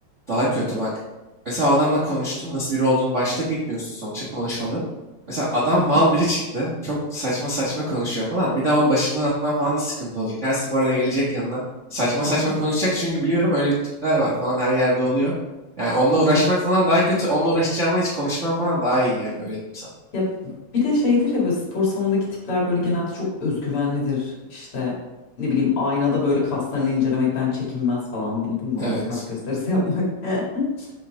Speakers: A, on the right; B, on the left.
A: daha kötü bak. Mesela o adamla konuştun. Nasıl biri olduğunu başta bilmiyorsun sonuçta konuşmadın. Mesela adam
B: Hı hı.
A: mal biri çıktı. Çok saçma saçma konuşuyor falan. Bir daha onu başından atman falan da sıkıntı olacak. Her sporda gelecek yanına. Saçma
B: Aha,
A: saçma konuşacak çünkü biliyorum öyle tipler var falan her yerde oluyor. Yani onunla uğraşmak
B: evet.
A: falan daha kötü. Onunla uğraşacağıma hiç konuşmam falan daha iyi yani öyle diyeyim sana.
B: Ya bir de şeydir ya böyle spor salonundaki tipler böyle genelde çok özgüvenlidir. İşte ne bileyim aynada böyle kaslarını incelemekten çekinmez falan bildin mi?
A: Evet.
B: O hani kas gösterisi yapmak. <laughs>